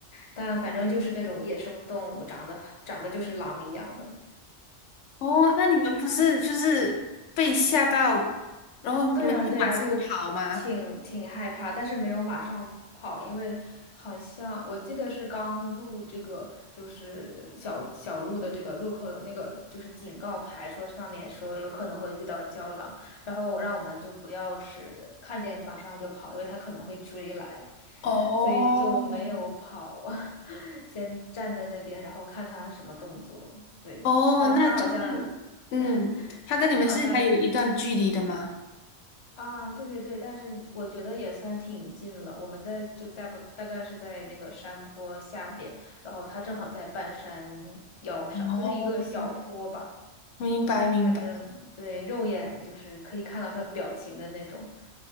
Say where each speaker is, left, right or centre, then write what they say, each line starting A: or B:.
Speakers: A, on the left; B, on the left.
A: 但反正就是那种野生动物，长得长得就是狼一样的。
B: 哦，那你们不是就是被吓到，然后你们就马上跑吗？
A: 对呀，对呀，就挺挺害怕，但是没有马上跑，因为好像我记得是刚入这个就是小小路的这个路口有那个就是警告牌，说上面说有可能会遇到胶囊，然后让我们就不要是看见马上就跑，因为他可能会追来，
B: 哦，
A: 所以就没有跑，<laughs> 先站在那边，然后看他什么动作。对，
B: 哦，
A: 但是他好像。
B: 那就是，嗯，
A: <laughs>
B: 他跟你们是还有一段距离的吗？
A: 他好像啊，对对对，但是我觉得也算挺近了。我们在就大不大概是在那个山坡下边，然后他正好在半山腰上，
B: 哦，
A: 就是一个小坡吧。
B: 明白明白，
A: 反正对，肉眼就是可以看到他表情的那种。